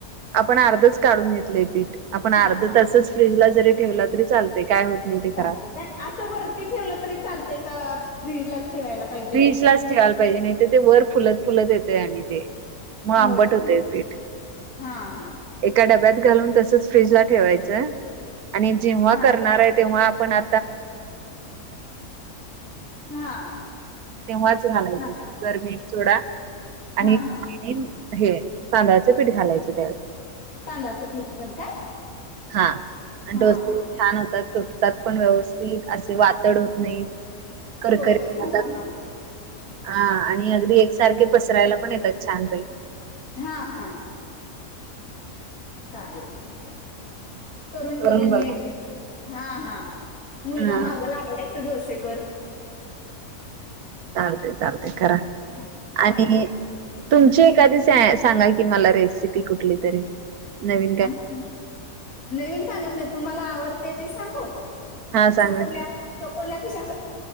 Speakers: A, on the right (about 85°); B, on the left (about 75°).
A: आपण अर्धच काढून घेतलंय पीठ आपण अर्ध
B: हा
A: तसच फ्रीज ला जरी ठेवला तरी लते काय होत नाही ते खराब
B: चालत काय असं वरती ठेवलं तरी चालतय का फ्रीजलाच ठेवायला पाहिजे
A: फ्रीज लाच ठेवायला पाहिजे नाही तर ते वर फुलत फुलत येते आणि ते मग आंबट
B: होय का
A: होते पीठ
B: हा हा
A: एका डब्यात घालून तसच फ्रीज ला ठेवायचं आणि जेव्हा
B: हा
A: करणार आहे तेव्हा आपण आ
B: हा
A: तेव्हाच घालायचं
B: हा
A: तर मीठ सोडा आणि
B: हा हा
A: हे तांदळाचं पीठ घालायचं त्यावेळी
B: तांदळाचं पीठ पण काय
A: हा आणि
B: हा
A: दो
B: हा
A: छान होतात तुटतात पण व्यवस्थित असे वाातड होत नाही करकरी
B: होय का?
A: खात
B: हा हा
A: हा आणि अगदी एकसारखे पसरायला पण येतात छान पैकी
B: हा हा चालेल चालेल. करून बघेन
A: करून बघा.
B: मी एकदा हा हा मुलगा
A: हा
B: माग लागलाय डोसे
A: चालते चालते करा
B: हा चालते
A: आणि तुमची एखादी स सांगा की मला रेसिपी कुठली तरी नवी
B: आणि नवीन सांणत नाही तुम्हाला आवडते ते सांगू
A: हा सांगा
B: चकोल्या
A: की
B: चकोल्या कशा